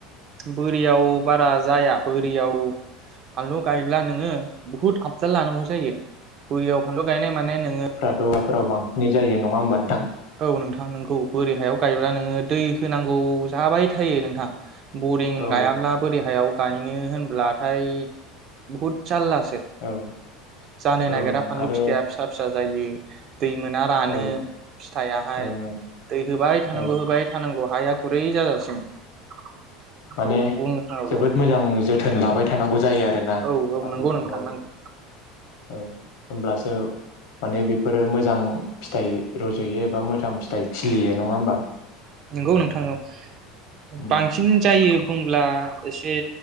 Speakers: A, on the right; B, on the left.
A: बोरियाव बारा जाया बोरियाव फानलु गायोब्ला नोङो बुहुद आबजाल लानांगौ जायो। बोरियाव फानलु गायनाय माने नोङो
B: फ्राथ' हाफोराव बांसिनै जायो नङा होमबा नोंथां।
A: औ नोंथां नोंगौ बोरि हायाव गायोब्ला
B: औ
A: नोङो दै होनांगौ जाबाय। थायो नोंथां बरिं
B: औ
A: गायाब्ला गाहायाव गायनो होनब्लाथाय बुहुद जारला
B: औ
A: जानो नागिरा
B: ओं ओं
A: फानलु
B: आरो
A: फिथा फिसा फिसा जायो। दै मोना रानो
B: औ ओं
A: फिथाइयाहाय
B: ओं
A: दै होबाय थानांगौ
B: औ ओं
A: होबाय थानांगौ। हाया गुरै जाजासिम औ
B: माने
A: बुंनो।
B: जोबोद
A: औ
B: मोजां जोथोन लाबाय थानांगौ जायो। आरोना
A: औ औ
B: बानलु
A: नंगौ
B: गायबाबो
A: नोंथां नोंगौ।
B: औ होमब्लासो माने बेफोरो मोजां फिथाइ रज'यो एबा मोजां फिथाइ खिलियो नङा होमबा।
A: नंगौ नोंथां औ
B: उम
A: बांसिन जायो। होमब्ला एसे